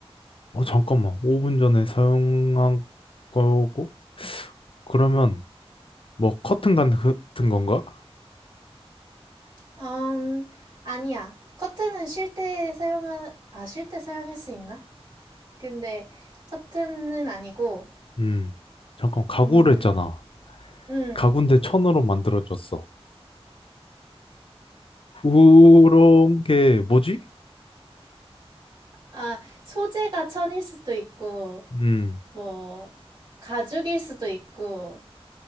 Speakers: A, on the left; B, on the right.
A: 어, 잠깐만. 5분 전에 사용한 거고? 그러면, 뭐, 커튼 간- 같은 건가?
B: 음, 아니야. 커튼은 쉴 때 사용하, 아, 쉴 때 사용할 수 있나? 근데 커튼은 아니고,
A: 음. 잠깐, 가구를
B: 음,
A: 했잖아.
B: 음.
A: 가구인데 천으로 만들어졌어. 그런 게 뭐지?
B: 아, 소재가 천일 수도 있고,
A: 음.
B: 뭐, 가죽일 수도 있고,